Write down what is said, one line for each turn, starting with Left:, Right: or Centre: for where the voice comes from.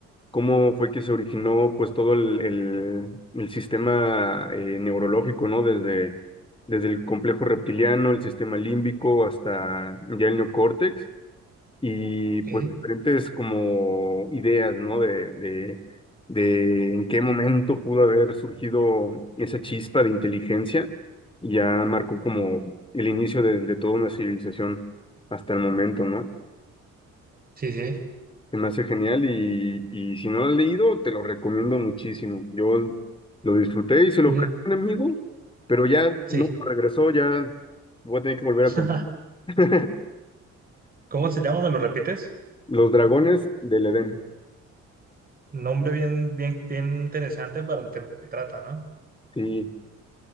Left: cómo fue que se originó pues todo el, el- el sistema eh, neurológico, ¿no? Desde, desde el complejo reptiliano, el sistema límbico hasta ya el neocórtex y
Right: Ok.
Left: pues diferentes como ideas, ¿no? De, de, de en qué momento pudo haber surgido esa chispa de inteligencia y ya marcó como el inicio de, de toda una civilización hasta el momento, ¿no?
Right: Sí, sí.
Left: Se me hace genial y, y si no lo has leído, te lo recomiendo muchísimo. Yo lo disfruté y se lo
Right: Sí.
Left: presté a un amigo, pero ya
Right: Sí.
Left: no regresó, ya voy a tener que volver
Right: <laughs>
Left: a comprar. <laughs>
Right: ¿Cómo se llama? ¿Me lo repites?
Left: Los dragones del Edén.
Right: Nombre bien, bien, bien interesante para el tema que trata, ¿no?
Left: Sí,